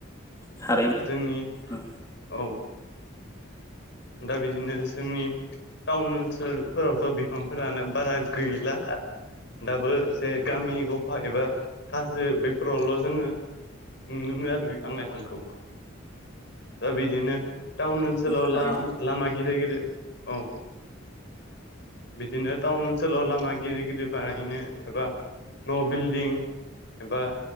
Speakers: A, on the left; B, on the left.
A: थारैनो
B: जोंनि
A: नंगौ
B: औ दा बिदिनो जोंनि टाउन ओनसोलफोरावथ' बिफांफोरानो बारा गैला दाबो जे गामि गफा एबा हाजो बेफोरावल' जोङो नुनो मोनो आरो बिफां लाइफांखौ दा बिदिनो टाउन ओनसोलाव
A: थारैनो
B: लामा गिदिर गिदिर औ बिदिनो टाउन ओनसोलाव लामा गिदिर गिदिर बानायायनो एबा न' बिल्डिं एबा